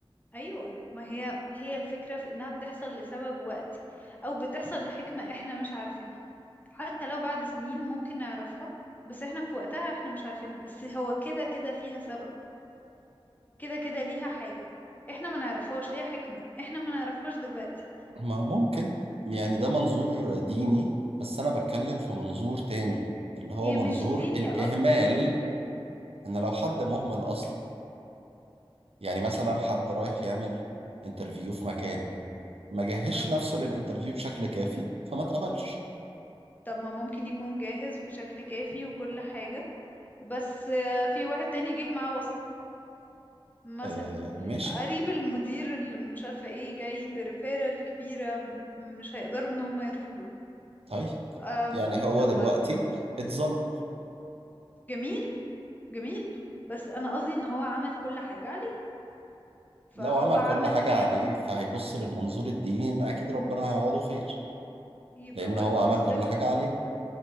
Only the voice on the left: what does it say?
ايوه ما هي هي الفكرة في انها بتحصل لسبب وقتي او بتحصل لحكمة احنا مش عارفينها حتى لو بعد سنين ممكن نعرفها بس احنا في وقتها احنا مش عارفينها بس هو كده كده فيها سبب كده كده ليها حاجة احنا ما نعرفهاش ليها حكمة احنا ما نعرفهاش دلوقتي
هي
مش دين
يا اكتر م-
مثلا
طب ما ممكن يكون جاهز بشكل كافي وكل حاجة بس آه، في واحد تاني جه معاه واسطة مثلا
قريب المدير اللي مش عارفة ايه جاي بريفيرال كبيرة م- مش هيقدروا ان هم يرفضوه
أم،
طب
ما ده
جميل جميل بس انا قصدي ان هو عمل كل حاجة عليه فهو
عمل
هي
م-
يبقى
برضو
ستيل